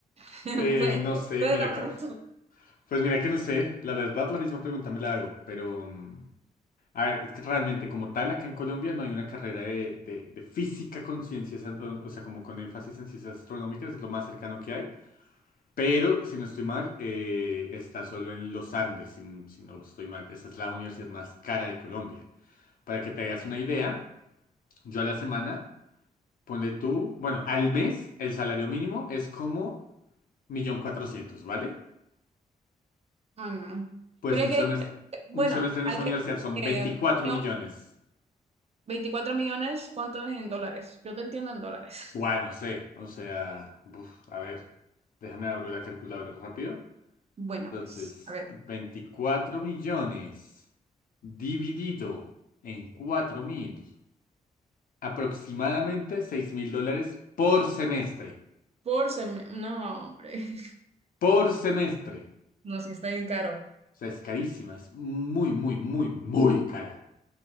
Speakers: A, on the right; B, on the left.
A: <laughs>
B: Eh,
A: Bueno,
B: no sé,
A: entonces
B: mira
A: la pregunto.
B: que, pues mira que no sé, la verdad la misma pregunta me la hago, pero... mm, A ver, es que realmente como tal acá en Colombia no hay una carrera de, de- de física con ciencias, an- o, o sea, como con énfasis en ciencias astronómicas, es lo más cercano que hay, pero si no estoy mal, eh, está solo en los Andes, si, n- si no estoy mal. Esa es la universidad más cara de Colombia. Para que te hagas una idea, yo a la semana, ponle tú, bueno, al mes el salario mínimo es como 1.400.000, ¿vale?
A: Ay, no.
B: Pues
A: Pero
B: un
A: es que,
B: semestre,
A: bueno,
B: un semestre en
A: hay
B: esa
A: que...
B: universidad son
A: eh,
B: 24
A: junio,
B: millones.
A: 24 millones, ¿cuánto es en dólares? Yo te entiendo en dólares.
B: Bueno,
A: <laughs>
B: no sé, o sea, uf, a ver, déjame abrir la calculadora rápido.
A: Bueno,
B: Entonces,
A: pues, a ver.
B: 24 millones dividido en cuatro mil, aproximadamente seis mil dólares por semestre,
A: Por semestre. No, hombre. <laughs>
B: por semestre.
A: No, sí, está bien caro.
B: O sea, es carísima, es muy, muy, muy, muy cara.